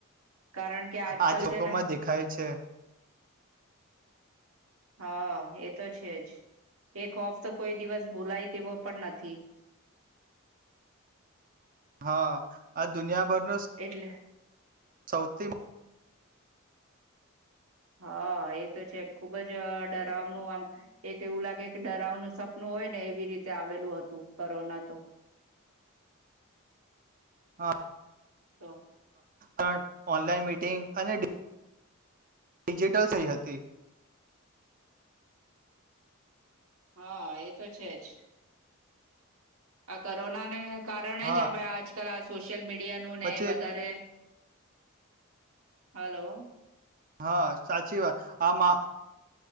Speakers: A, on the right (about 75°); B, on the right (about 40°).
A: કારણ કે આજકાલ
B: આજે લોકોમાં
A: છે ને
B: દેખાય છે
A: હા એ તો છે જ એક ખોફ કોઈ દિવસ ભૂલાય તેવો પણ નથી
B: હા દુનિયાભરનો
A: એટલે
B: સૌથી
A: હા એ તો છે ખુબ જ ડરાવનું આમ એક એવું લાગે કે ડરાવનું સપનું હોય ને એવી રીતે આવેલું હતું કોરોના તો
B: હા
A: તો
B: હા ઓનલાઈન મિટિંગ અને ડિજિટલ થઈ હતી
A: હા એ તો છે જ આ કોરોના ને કારણ
B: હા
A: હવે આજકલ આ સોશિયલ મિડિયા મિડિયા
B: પછી
A: નું ને વધારે હલો
B: હા સાચી વાત આમા